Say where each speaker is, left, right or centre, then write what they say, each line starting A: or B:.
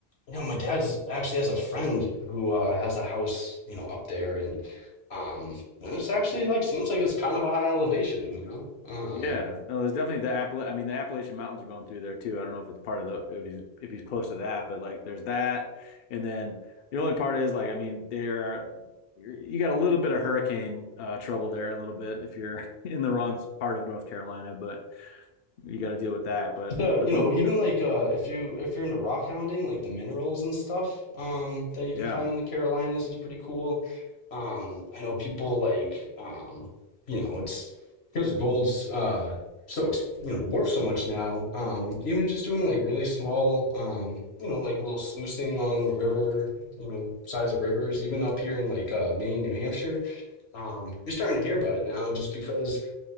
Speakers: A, on the left; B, on the left.
A: you know, my dad's actually has a friend who uh has a house, you know, up there and um and it's actually like seems like it's kind of a high elevation, you know. Um
B: Yeah, no, there's definitely the Appala. I mean, the Appalachian Mountains are going through there too. I don't know if it's part of the if he's if he's close to that, but like there's that, and then the only part is like I mean, there are you got a little bit of hurricane uh, trouble there a little bit if you're <laughs> in the wrong part of North Carolina, but you got to deal with that. But
A: The,
B: but
A: you
B: the,
A: know,
B: the
A: even like uh if you if you're into rock hounding, like the minerals and stuff um that you can
B: yeah
A: find in the Carolinas is pretty cool. Um I know people like um you know, it's because gold's uh so ex- you know, worth so much now. Um even just doing like really small um you know, like little sluicing on river, you know, sides of rivers, even up here in like uh Maine, New Hampshire. Um you're starting to hear about it now just because